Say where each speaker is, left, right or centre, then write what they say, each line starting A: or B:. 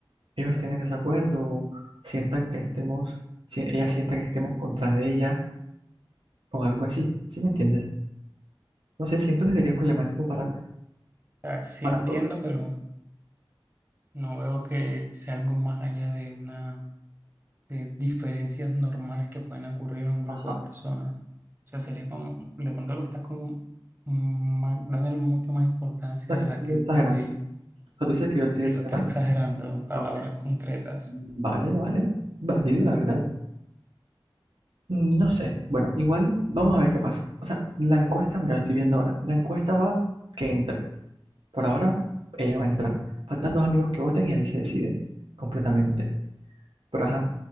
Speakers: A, on the right; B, on the right.
A: ellos estén en desacuerdo o sientan que estemos, si ella sienta que estemos contra de ella o algo así. ¿Sí me entiendes? No sé, siento que sería problemático para,
B: O sea, sí
A: para
B: entiendo,
A: todos.
B: pero no veo que sea algo más allá de una de diferencias normales que pueden ocurrir en un grupo
A: Ajá.
B: de personas. O sea, sería como, de pronto lo estás como mm, ma- dándole mucho más importancia
A: O sea, que
B: de
A: no
B: la
A: estoy
B: que
A: exagerando.
B: debería.
A: O sea, tú dices que yo estoy
B: Sí,
A: exagerando.
B: lo estás exagerando en palabras
A: Ok.
B: concretas.
A: Vale, vale. Válido, la verdad. Mm, No sé. Bueno, igual vamos a ver qué pasa. O sea, la encuesta, mira, la estoy viendo ahora. La encuesta va que entre. Por ahora, ella va a entrar. Faltan dos amigos que voten y ahí se decide completamente. Pero ajá,